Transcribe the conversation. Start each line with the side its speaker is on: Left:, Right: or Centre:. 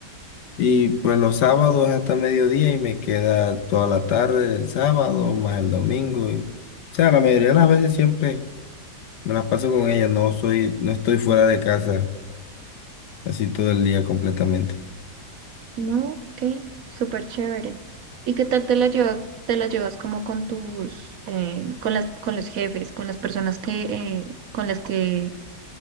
Left: y pues los sábados hasta mediodía y me queda toda la tarde del sábado más el domingo y, o sea, la mayoría de las veces siempre me las paso con ella, no soy, no estoy fuera de casa así todo el día completamente.
Right: No, ok, súper chévere. ¿Y qué tal te la lleva, te la llevas como con tus, eh, con las, con los jefes, con las personas que, eh, con las que